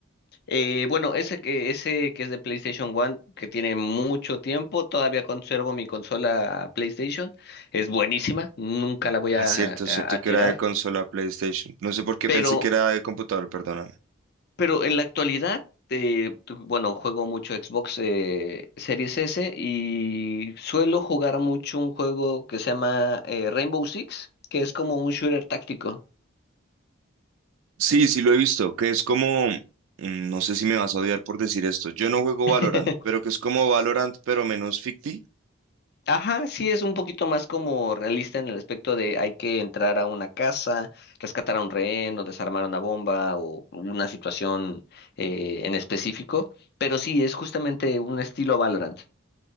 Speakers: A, on the left; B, on the right.
A: Eh, bueno, ese que, ese que es de PlayStation One, que tiene mucho tiempo, todavía conservo mi consola PlayStation, es buenísima, nunca la voy
B: Ah,
A: a,
B: cierto,
A: a-
B: cierto
A: a
B: que
A: tirar,
B: era de consola PlayStation. No sé por qué
A: pero
B: pensé que era de computador, perdóname.
A: Pero en la actualidad, eh, tu- bueno, juego mucho Xbox eh, Series S y suelo jugar mucho un juego que se llama eh, Rainbow Six, que es como un shooter táctico.
B: Sí, sí lo he visto, que es como, mm, no sé si me vas a odiar por decir esto, yo no juego
A: <laughs>
B: Valorant, pero que es como Valorant, pero menos ficti.
A: Ajá, sí es un poquito más como realista en el aspecto de hay que entrar a una casa, rescatar a un rehén o desarmar una bomba o una situación eh, en específico, pero sí es justamente un estilo Valorant.